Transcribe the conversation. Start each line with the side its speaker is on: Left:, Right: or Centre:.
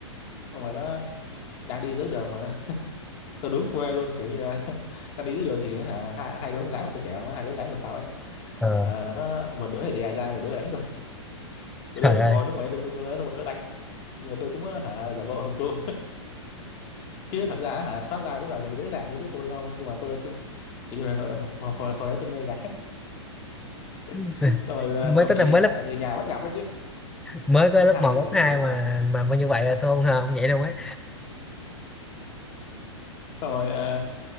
Left: xong rồi nó đang đi giữa đường mà nó, <laughs> tôi đúng quê luôn kiểu như là <laughs> đang đi giữa đường thì hả hai, hai đứa con gái mà tôi kẹo nó hai đứa con gái ngồi sau ấy
Centre: ờ,
Left: ờ, nó một đứa thì đè ra một đứa đánh tôi <laughs> một đứa
Centre: trời
Left: nó
Centre: ơi
Left: ngồi nó ngồi lên lưng tôi xong một đứa đánh nhưng mà tôi cũng ờ, hả giả bộ hưởng thụ chứ thật ra hả thoát ra cũng là việc dễ dàng đối với tôi không nhưng mà tôi cứ kiểu như là hồi, hồi, hồi đấy tôi mê gái
Centre: <laughs>
Left: <laughs> xong rồi
Centre: mới
Left: ờ, còn
Centre: tính
Left: bị
Centre: là mới
Left: hả
Centre: lớp
Left: người nhà bắt gặp đấy chứ
Centre: mới có
Left: lớp
Centre: lớp
Left: hai
Centre: một lớp
Left: thì đó lớp
Centre: 2
Left: một lớp
Centre: mà
Left: hai
Centre: mà mà như vậy là tôi không ngờ ông vậy đâu ấy
Left: xong rồi ờ,